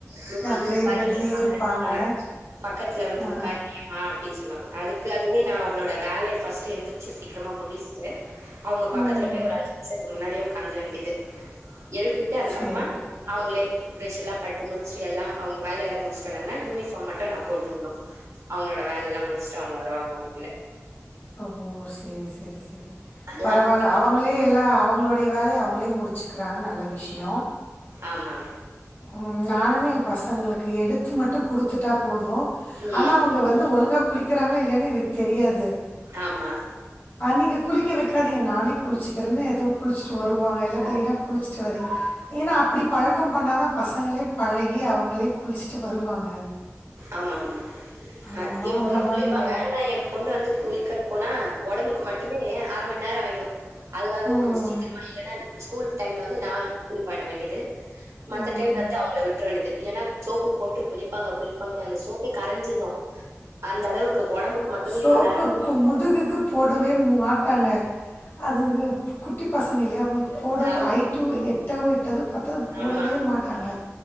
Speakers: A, on the right; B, on the left.
A: நீ வந்து
B: அப்டியே
A: பாரு
B: பெட்லயே
A: <unintelligible>
B: இருப்பாங்க
A: ஆ பக்கத்துல வந்து
B: ஆ
A: உக்காருவியமா அப்டினு சொல்லுவாங் அதுக்கு அது னிமே நா அவலோட வேலைய ஃப்ர்ஸ்ட் எந்திர்ச்சு சீக்ரமா முடி சொல்லுவே அவுங்க பக்கத்துல
B: ம்
A: போய் ஒரு அஞ்சு நிமிஷத்துக்கு முன்னாடியே க்கந்தருற வேண்டியது எழுப்பிட்டு அதுக்கப்பமா
B: சேரி
A: அவுங்களே பேஷ்யெல்லா பண்ணிட்டு முடிச்சிட்டு எல்லாம் அவுங்க வேலையல்லாம் முடிச்சிடுவந்தாங்கன்னா யூனிஃப்ர்ம் மட்டும் தா போட்டுவுட்ணோ அவுங்களோட வேல எல்லாம் முடிச்சுட்டு அவுங்க வருவாங்க அதுக்குள்ள
B: ஓ செரி செரி செரி செரி
A: அதெல்லாம்
B: பரவால்ல அவங்களே எல்லா அவுங்களுடைய வேலைய அவுங்களே முடிட் டிச்சிக்கிறாங்க நல்ல விஷயோ
A: ஆமா
B: உம் நானுமே என் பசளுக்கு எடுத்து மட்டும் குடுத்துட்டா போ போதும்
A: ம்
B: ஆனா அவுங்க வந்து ஒழுங்கா குளிக்றங்களா இல்லையான்னு எனக்கு தெரியாது
A: ஆமா
B: நீங்க குளிக்க வச் காதீங்க நானே குளிச்சுக்கிறேன்னு எதோ குளிச்சுட்டு வருவாங்க எல்லாம் கிளீனா குளிச்சுட்டு வரி ஏன்னா அப்படி பக்கம் பண்ணாதான் பசங்களே பழகி அவங்களே குளிச்சிட்டு வருவாங்க
A: ஆமா ஆமா
B: ஆமா,
A: என்
B: அந்த
A: பொண்ணு
B: மாரி
A: குளிப்பாங்க நா என் பொண்ணு வந்து குளிக்க போனா உடம்புக்கு மட்டுமே அரை மணி நேரம் ஆகிடும் அதுக்காகவே
B: ம்,
A: கொஞ்சம் சீக்கிரமா இல்லைன்னா ஸ்கூல் டைம்ல் வந்து நான் குளிப்பாட்ட வேண்டியது மத்த
B: ம்.
A: டைம்ல வந்து அவங்கள விட்ற வேண்டியது இல்லன்னா சோப்பு போட்டு குளிப்பாங்க குளிப் பாங்க அந்த சோப்பை கரஞ்சிரும் அந்த அளவுக்கு ஒடம்புக்கு மட்டுமே
B: சோப்பு
A: இவ்ளோ நேரம்.
B: பு முதுகுக்கு போடவே மு மாட்டாங்க அதுங்க குட்டி பசங்கல்ல இல்லையா அவங்களுக்கு போட
A: ஆம்
B: ஐட்டும் எட்டவும் எட்டாது பாத்த போடவே
A: ஆமா
B: மாட்டாங்க